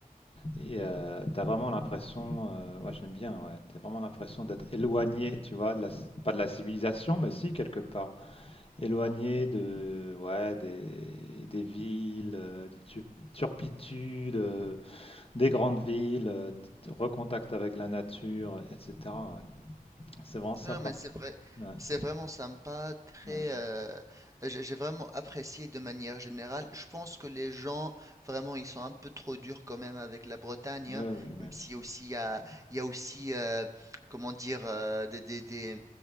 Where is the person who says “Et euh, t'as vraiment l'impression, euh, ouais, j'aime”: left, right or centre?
Left